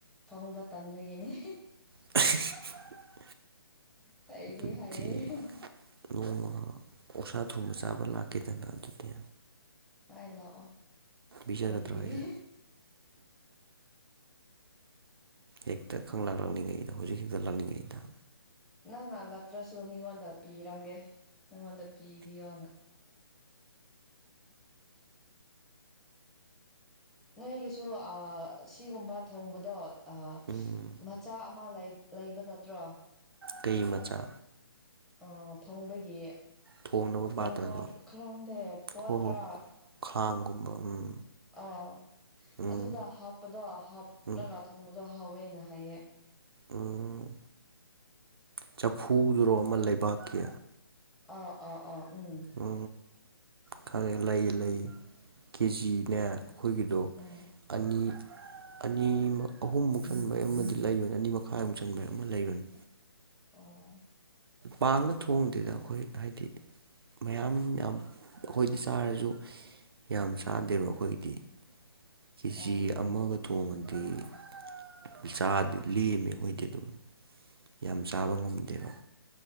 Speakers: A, in the centre; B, on the right (about 65°).
A: ꯊꯣꯡꯕ ꯇꯟꯕꯒꯤꯅꯤ
B: <inaudible>
A: ꯍꯥꯏꯗꯤ
B: ꯑꯗꯨꯗꯤ
A: ꯍꯥꯏꯌꯦ
B: ꯅꯣꯡꯃ ꯑꯣꯛꯁꯥ ꯊꯣꯡꯕ ꯆꯥꯕ ꯂꯥꯛꯀꯦꯗꯅꯥ ꯑꯗꯨꯗꯤ
A: ꯍꯣꯏ ꯂꯥꯛꯑꯣ
B: ꯄꯤꯖꯒꯗ꯭ꯔꯣ
A: ꯊꯣꯡꯕꯤꯒꯦ
B: ꯍꯥꯏꯁꯦ ꯍꯦꯛꯇ ꯈꯪꯂꯥꯛ ꯂꯛꯅꯤꯡꯉꯩꯗ ꯍꯧꯖꯤꯛ ꯍꯦꯛꯇ ꯂꯥꯛꯅꯤꯡꯉꯩꯗ
A: ꯅꯪꯅ ꯂꯛꯇ꯭ꯔꯁꯨ ꯃꯤꯉꯣꯟꯗ ꯄꯤꯔꯝꯒꯦ ꯅꯪꯉꯣꯟꯗ ꯄꯤꯕꯤꯌꯣꯅ ꯅꯣꯏꯒꯤꯁꯨ ꯑ ꯁꯤꯒꯨꯝꯕ ꯊꯣꯡꯕꯗꯣ ꯑ
B: ꯎꯝ
A: ꯃꯆꯥ ꯑꯃ ꯂꯩ ꯂꯩꯕ ꯅꯠꯇ꯭ꯔꯣ
B: ꯀꯩ ꯃꯆꯥ
A: ꯑ ꯊꯣꯡꯕꯒꯤ
B: ꯊꯣꯡꯅꯕ
A: ꯇꯦꯡꯀꯣꯠ
B: ꯄꯥꯇ꯭ꯔꯗꯣ
A: ꯈꯔꯪꯗꯦ ꯄꯣꯠꯇ꯭ꯔꯥ
B: ꯍꯣ ꯍꯣ ꯈꯥꯡꯒꯨꯝꯕ ꯎꯝ
A: ꯑꯥ
B: ꯎꯝ
A: ꯑꯗꯨꯗ ꯍꯥꯞꯄꯗꯣ ꯍꯥꯞꯂꯒ
B: ꯎꯝ
A: ꯊꯣꯡꯕꯗꯣ ꯍꯥꯎꯋꯦꯅ ꯍꯥꯏꯌꯦ
B: ꯎꯝ ꯆꯐꯨꯗꯨꯔꯣ ꯑꯃ ꯂꯩꯕꯥꯛꯀꯤ
A: ꯑꯥ ꯑꯥ ꯑꯥ ꯎꯝ
B: ꯎ ꯈꯪꯉꯦ ꯂꯩ ꯂꯩ ꯀꯦꯖꯤꯅꯦ ꯑꯩꯈꯣꯏꯒꯤꯗꯣ
A: ꯎꯝ
B: ꯑꯅꯤ ꯑꯅꯤ ꯑꯍꯨꯝꯃꯨꯛ ꯆꯟꯕꯩ ꯑꯃꯗꯤ ꯂꯩꯕꯅꯤ ꯑꯅꯤ ꯃꯈꯥꯏꯃꯨꯛ ꯆꯟꯕꯩ ꯑꯃ ꯂꯩꯕꯅꯤ
A: ꯑꯣ
B: ꯄꯥꯡꯅ ꯊꯣꯡꯗꯦꯗ ꯑꯩꯈꯣꯏ ꯍꯥꯏꯗꯤ ꯃꯌꯥꯝ ꯌꯥꯝ ꯑꯩꯈꯣꯏꯗꯤ ꯆꯥꯔꯁꯨ ꯌꯥꯝ ꯆꯥꯗꯦꯕ ꯑꯩꯈꯣꯏꯗꯤ ꯀꯦꯖꯤ
A: ꯑꯣ ꯑꯣ
B: ꯑꯃꯒ ꯊꯣꯡꯉꯗꯤ ꯆꯥꯗꯤ ꯂꯦꯝꯃꯦ ꯑꯩꯈꯣꯏꯗꯤ ꯑꯗꯨꯝ ꯌꯥꯝ ꯆꯥꯕ ꯉꯝꯗꯦꯕ